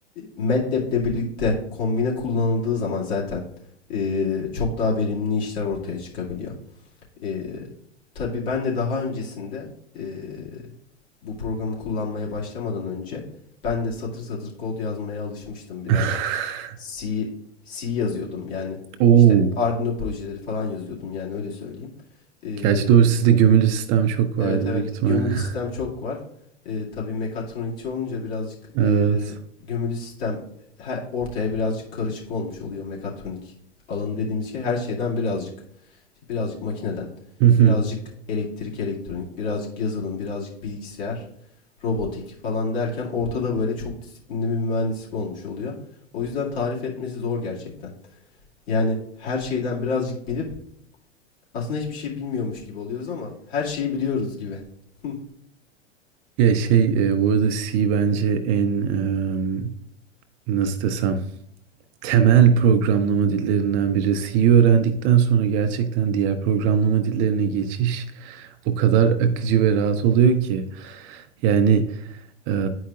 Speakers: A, on the left (about 55°); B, on the right (about 35°).
A: MATLAB'le birlikte kombine kullanıldığı zaman zaten eee, çok daha verimli işler ortaya çıkabiliyor. Ee, tabii ben de daha öncesinde ee, bu programı kullanmaya başlamadan önce ben de satır satır kod yazmaya alışmıştım birazcık.
B: <laughs>
A: C, C yazıyordum yani
B: Oo.
A: işte Arduino projeleri falan yazıyordum yani öyle söyleyeyim. Ee,
B: Gerçi doğru sizde gömülü sistem çok vardı
A: Evet evet.
B: büyük ihtimalle.
A: Gömülü sistem
B: <laughs>
A: çok var. Ee, tabii mekatronikçi olunca birazcık
B: Evet.
A: e, gömülü sistem her, ortaya birazcık karışık olmuş oluyor mekatronik alanı dediğimiz şey her şeyden birazcık. İşte birazcık makineden,
B: Hı hı.
A: birazcık elektrik elektronik, birazcık yazılım, birazcık bilgisayar, robotik falan derken ortada böyle çok disiplinli bir mühendislik olmuş oluyor. O yüzden tarif etmesi zor gerçekten. Yani her şeyden birazcık bilip aslında hiçbir şey bilmiyormuş gibi oluyoruz ama her şeyi biliyoruz gibi. <laughs>
B: Ya şey e, bu arada C bence en e, nasıl desem temel programlama dillerinden biri. C'yi öğrendikten sonra gerçekten diğer programlama dillerine geçiş o kadar akıcı ve rahat oluyor ki. Yani Ee,